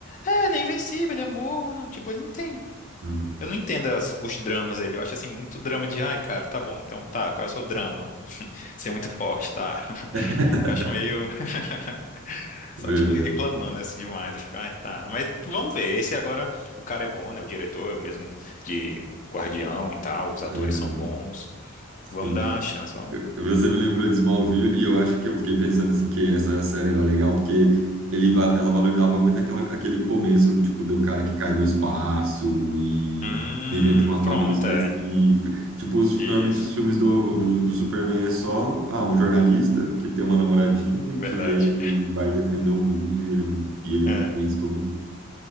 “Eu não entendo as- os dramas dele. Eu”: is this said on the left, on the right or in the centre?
Left